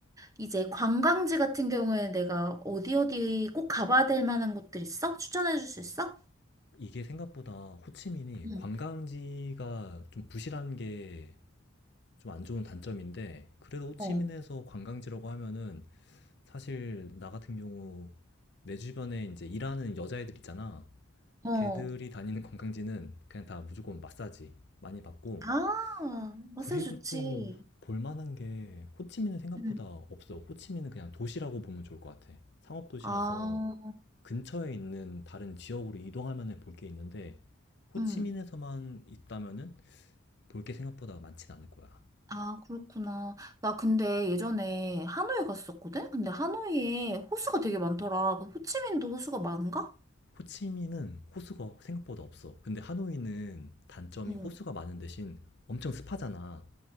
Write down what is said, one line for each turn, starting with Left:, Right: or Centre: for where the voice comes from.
Right: 이제 관광지 같은 경우에 내가 어디 어디 꼭 가봐야 될 만한 곳들 있어? 추천해 줄 수 있어?
Left: 이게 생각보다 호치민이
Right: 응.
Left: 관광지가 좀 부실한 게 좀 안 좋은 단점인데 그래도 호치민에서
Right: 어,
Left: 관광지라고 하면은 사실 나 같은 경우 내 주변에 이제 일하는 여자애들 있잖아.
Right: 어.
Left: 걔들이 다니는 관광지는 그냥 다 무조건 마사지 많이 받고
Right: 아, 마사지
Left: 그리고
Right: 좋지.
Left: 또 볼만한 게 호치민은 생각보다
Right: 응.
Left: 없어. 호치민은 그냥 도시라고 보면 좋을 것 같아. 상업도시라서
Right: 아,
Left: 근처에 있는 다른 지역으로 이동하면 볼 게 있는데 호치민에서만
Right: 응.
Left: 있다면은 볼 게 생각보다 많진 않을 거야.
Right: 아, 그렇구나. 나 근데 예전에 하노이 갔었거든? 근데 하노이에 호수가 되게 많더라. 그 호치민도 호수가 많은가?
Left: 호치민은 호수가 생각보다 없어. 근데 하노이는 단점이
Right: 응.
Left: 호수가 많은 대신 엄청 습하잖아.